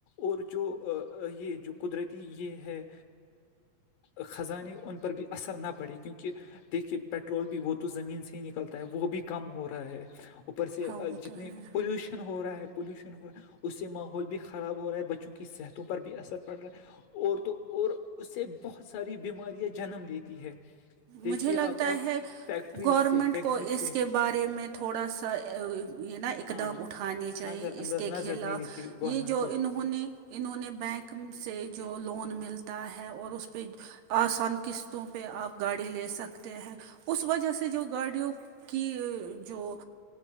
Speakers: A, on the left; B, on the right.
A: اور جو یہ جو قدرتی یہ ہے خزانے ان پر بھی اثر نہ پڑے کیونکہ دیکھیے پٹرول بھی وہ تو زمین سے ہی نکلتا ہے وہ بھی کم ہو رہا ہے اوپر سے
B: ہاں وہ
A: جتنی
B: تو ہے
A: پولوشن ہو رہا ہے پولوشن ہو رہا ہے اس سے ماحول بھی خراب ہو رہا ہے بچوں کی صحتوں پر بھی اثر پڑ رہا ہے اور تو اور اس سے بہت ساری بیماریاں جنم لیتی ہے دیکھیے
B: مجھے لگتا
A: اب اب
B: ہے
A: فیکٹریز
B: گورنمنٹ
A: سے فیکٹریز
B: کو
A: سے
B: اس کے بارے میں تھوا سا یہ نا اقدام
A: ہاں
B: اھانے چایے
A: نظر اندر
B: ا کے
A: نظر
B: خلاف
A: دینی تھی گورنمنٹ
B: یہ جو
A: کو
B: انہوں نے انہوں نے بینک سے جو لون ملتا ہے اور اس پہ آسان قسطوں پہ آپ گاڑی لے سکتے ہیں اس وجہ سے جو گاڑیوں کی جو